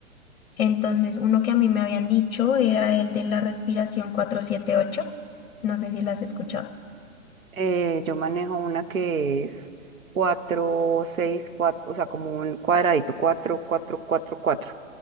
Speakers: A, on the left; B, on the right.
A: Entonces, uno que a mí me habían dicho era el de la respiración cuatro siete ocho No sé si la has escuchado.
B: Eh, yo manejo una que es 4 6 4, o sea, como un cuadradito, 4 4 4 4.